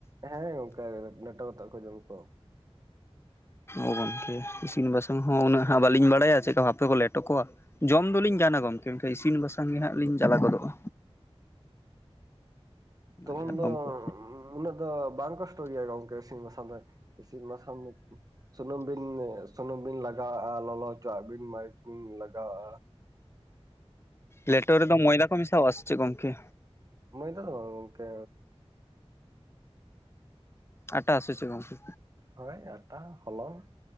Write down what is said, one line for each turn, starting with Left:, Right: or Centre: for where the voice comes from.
Right: ᱦᱮᱸ ᱜᱚᱢᱠᱮ ᱞᱮᱴᱚ ᱟᱛᱮᱜ ᱠᱚ ᱡᱚᱢ ᱠᱚᱣᱟ
Left: ᱚ ᱜᱚᱝᱠᱮ ᱤᱥᱤᱱ ᱵᱟᱥᱟᱝ ᱦᱚᱸ ᱩᱱᱟᱹᱜ ᱵᱟᱹᱞᱤᱧ ᱵᱟᱲᱟᱭᱟ ᱪᱮᱜᱠᱟ ᱵᱷᱟᱵ ᱛᱮ ᱠᱚ ᱞᱮᱴᱚ ᱠᱚᱣᱟ ᱡᱚᱢ ᱫᱚᱞᱤᱧ ᱜᱟᱱᱼᱟ ᱜᱚᱢᱠᱮ ᱢᱮᱱᱠᱷᱟᱱ ᱤᱥᱤᱱ ᱵᱟᱥᱟᱝ ᱜᱮ ᱦᱟᱸᱜ ᱞᱤᱧ ᱡᱟᱞᱟ ᱜᱚᱫᱚᱜᱼᱟ ᱚᱱᱟᱜᱮ
Right: ᱛᱚᱠᱷᱚᱱ
Left: ᱦᱟᱸᱜ
Right: ᱫᱚ
Left: ᱜᱚᱢᱠᱮ
Right: ᱩᱱᱟᱹᱜ ᱫᱚ ᱵᱟᱝ ᱠᱳᱥᱴᱚ ᱜᱮᱭᱟ ᱜᱚᱝᱠᱮ ᱤᱥᱤᱱ ᱵᱟᱥᱟᱝ ᱫᱚ ᱤᱥᱤᱱ ᱵᱟᱥᱟᱝ ᱥᱩᱱᱩᱢ ᱵᱤᱱ ᱥᱩᱱᱩᱢ ᱵᱤᱱ ᱞᱟᱜᱟᱣᱟᱜᱼᱟ ᱞᱚᱞᱚ ᱦᱚᱪᱚᱣᱟᱜ ᱵᱤᱱ ᱢᱟᱨᱤᱪ ᱵᱤᱱ ᱞᱟᱜᱟᱣ ᱟᱜᱼᱟ
Left: ᱞᱮᱴᱚ ᱨᱮᱫᱚ ᱢᱚᱭᱫᱟ ᱠᱚ ᱢᱮᱥᱟᱣᱟᱜ ᱟ ᱥᱮ ᱪᱮᱫ ᱜᱚᱝᱠᱮ
Right: ᱢᱚᱭᱫᱟ ᱫᱚ ᱵᱟᱝ ᱜᱚᱢᱠᱮ
Left: ᱟᱴᱟ ᱥᱮ ᱪᱮᱫ ᱜᱚᱢᱠᱮ
Right: ᱦᱳᱭ ᱟᱴᱟ ᱦᱚᱞᱚᱝ